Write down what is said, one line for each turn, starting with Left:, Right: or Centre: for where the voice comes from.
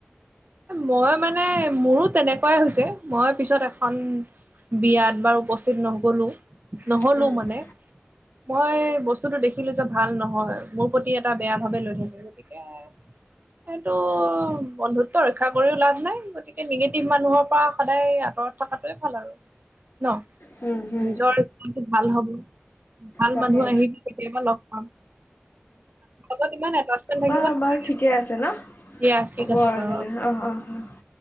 Right: মই মানে মোৰো তেনেকুৱাই হৈছে মই পিছত এখন বিয়াত বাৰ উপস্থিত নগলো নহলো
Left: দেখুৱাইছে
Right: মানে মই বস্তুটো দেখিলো যে ভাল নহয় মোৰ প্ৰতি এটা বেয়া ভাবে লৈ থাকে গতিকে সেইটো বন্ধুত্ব ৰক্ষা কৰিও লাভ নাই গতিকে নিগেটিভ মানুহৰ পৰা সদায় আঁতৰত থকাটোৱে ভাল আৰু ন',
Left: হুম হুম
Right: নিজৰ জীৱনটো ভাল হ'ব ভাল
Left: তাকে
Right: মানুহ আহিবি কেতিয়াবা লগ পাম। লগত ইমান এটাচমেণ্ট থাকিব
Left: বাৰু
Right: নালাগে।
Left: বাৰু ঠিকে আছে ন'
Right: দিয়া ঠিক
Left: হ'ব
Right: আছে
Left: আজিলৈ।
Right: বাৰু।
Left: অ', অ'।